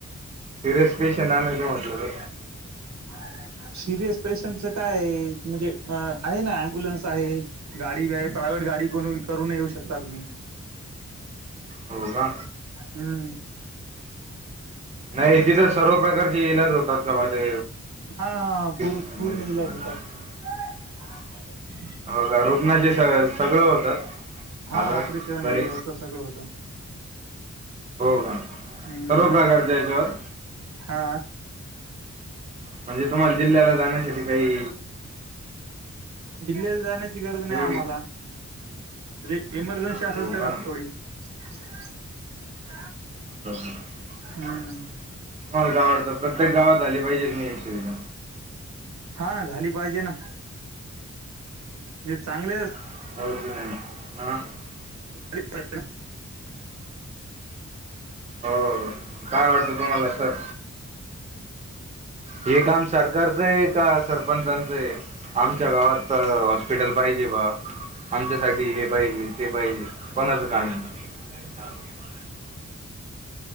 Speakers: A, on the right; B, on the right.
A: सिरियस पेशंन्ट आणायचं म्हंटल तर
B: <unintelligible> सिरियस पेशंटचा कायं म्हणजे आ आहे ना एमब्युलन्स आहे गाडी वे प्रा गाडी को करून येऊ शकता तुम्ही.
A: हो का.
B: हम्म.
A: नाही इथ तर सर्व प्रकारची इलाज होतात का बा ते.
B: हा हा पूर्ण
A: <unintelligible>
B: पूर्ण इलाज होतात <inaudible>
A: होगा रुकना जैसे सगळं होत
B: हा
A: आजारं
B: ऑपरेशन
A: बरे.
B: हे होतं सगळं होतं
A: हो का
B: हम्म
A: सर्व प्रकारच्या ह्याचावरं.
B: हा
A: म्हणजे तुम्हाला जिल्ह्याला जाण्यासाठी. काही
B: दिल्लीला जाणे. गरज नाही
A: एवढी
B: आम्हाला म्हणजे इमर्जन्सी
A: हो
B: असेल तरचं
A: का
B: थोडी. <inaudible>
A: अच्छा अच्छा
B: हम्म
A: तुम्हाला काय वाटतं प्रत्येक गावात झाली पाहिजे का नाही? सुविधा
B: हा झाली पाहिजे ना. हे चांगले -
A: <inaudible>
B: <inaudible>
A: हो काय वाटतं तुम्हाला सर? हे काम सरकारचं आहे का सरपंचांचं आहे आमच्या गावात हस्पिटल पाहिजे बा आमच्यासाठी हे पाहिजे ते पाहिजे कोणाच कामय? <inaudible>